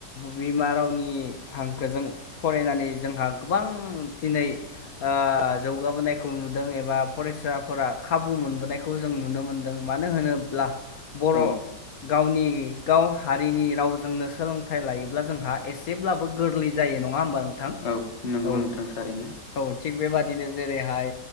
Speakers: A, on the left (about 60°); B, on the left (about 40°).
A: बिमा रावनि हांखोजों फरायनानै जोंहा गोबां दिनै ओ जौगाबोनायखौ नुदों एबा फरायसाफोरा खाबु मोनबोनायखौ जों नुनो मोनदों मानो होनोब्ला बर'
B: औ
A: गावनि गाव हारिनि रावजोंनो सोलोंथाइ लायोब्ला जोंहा एसेब्लाबो गोरलै जायो नङा होमबा नोंथां
B: औ नंगौ
A: औ
B: नोंथां थारैनो
A: औ थिग बेबादिनो जेरैहाय